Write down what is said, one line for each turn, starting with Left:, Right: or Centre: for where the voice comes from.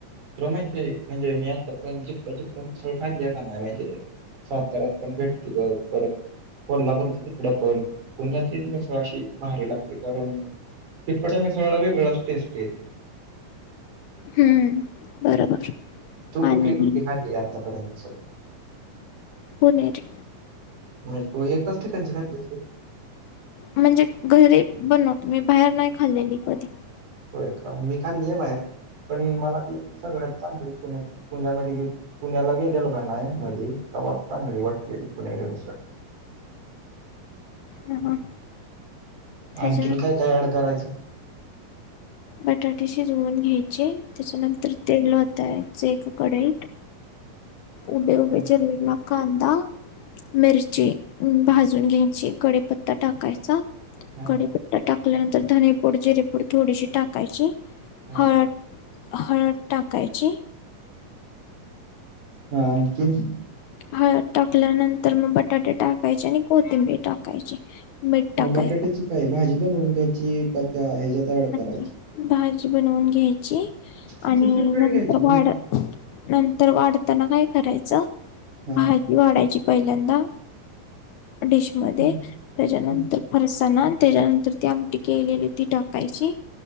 Right: तुला माहितीय म्हणजे मी आतापर्यंत जितक जितक मिसळ खाल्लीय का नाही म्हणजे साताऱ्यात पण भेटती बग, परत कोल्हापुर च तिकड पण पुण्यातलीच मिसळ अशी भारी लागते कारण तिप्पट मिसळाला वेगळाच टेस्ट येते.
Left: हम्म बरोबर.
Right: तू कुठली
Left: आणि
Right: कुठली खाल्ली आतापर्यंत मिसळ?
Left: पुणेरी.
Right: म्हणजे तू एकाच ठिकाणची खाल्लीस होय?
Left: म्हणजे घरी बनवत मी बाहेर नाही खाल्लेली कधी.
Right: होय का मी खाल्ली आहे बाहेर, पण मला ती सगळ्यात चांगली पुण्यातली पुण्यामध्ये गेल पुण्याला गेलेलो का नाही मधी तवाच चांगली वाटलेली पुणेरी मिसळ.
Left: हां हां. त्याच्या
Right: आणखीन काय काय ऍड करायचं?
Left: बटाटे शिजवून घ्यायचे त्याच्यानंतर तेल ओतायच एका कडईत उभे उभे
Right: हा
Left: चिरलेला कांदा, मिरची भाजून घ्यायची, कडीपत्ता टाकायचा
Right: हा
Left: कडीपत्ता टाकल्यानंतर धनेपूड, जिरेपूड थोडीशी टाकायची,
Right: हा.
Left: हळद हळद टाकायची.
Right: हां, आणखीन?
Left: हळद टाकल्यानंतर मग बटाटे टाकायचे आणि कोथिंबीर टाकायची. मीठ टाकायचं
Right: मग बटाट्याची काय भाजी बनवून घ्यायची का त्या हेज्यात ॲड
Left: भाजी
Right: करायची.
Left: भाजी बनवून घ्यायची.
Right: मग
Left: आणि
Right: ती सेपरेट
Left: नंतर
Right: घ्यायची होय.
Left: वाढ नंतर वाढताना काय करायचं?
Right: हा.
Left: भाजी वाढायची पहिल्यांदा डिश मध्ये
Right: हं,
Left: त्याच्यानंतर
Right: हं.
Left: फरसाणा त्याच्यानंतर ती आमठी केलेली ती टाकायची